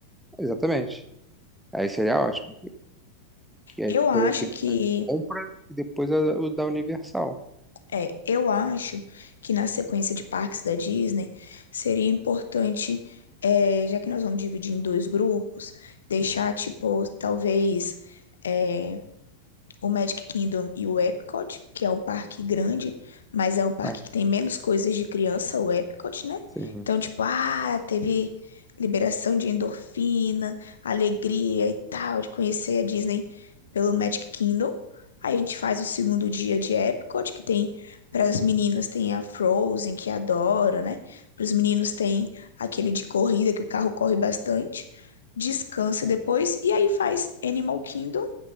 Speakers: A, in the centre; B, on the left.
A: Exatamente. Aí seria ótimo. Porque aí
B: Eu
A: depois
B: acho
A: a gente podia
B: que
A: fazer compra e depois a- o da Universal.
B: é, eu acho que na sequência de parques da Disney seria importante, é, já que nós vamos dividir em dois grupos, deixar tipo talvez é, o Magic Kingdom e o Epcot, que é um parque grande, mas é um parque
A: Ah,
B: que tem menos coisas de criança, o Epcot, né?
A: sim.
B: Então, tipo, ah, teve liberação de endorfina, alegria e tal, de conhecer a Disney pelo Magic Kingdom. Aí a gente faz o segundo dia de Epcot, que tem para as meninas tem a Frozen, que adora, né? Para os meninos tem aquele de corrida que o carro corre bastante. Descansa depois e aí faz Animal Kingdom